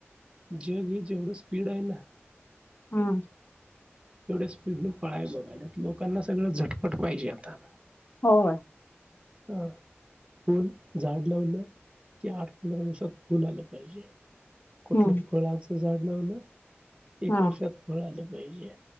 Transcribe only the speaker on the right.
जग हे जेवढं स्पीड आहे ना
तेवढ्या स्पीडने पळायचं लोकांना सगळं झटपट पाहिजे आता
हा फूल झाड लावलं की आठ पंधरा दिवसात फूल आलं पाहिजे कुठलं
फळाच झाड लावलं एक
वर्षात फळ आलं पाहिजे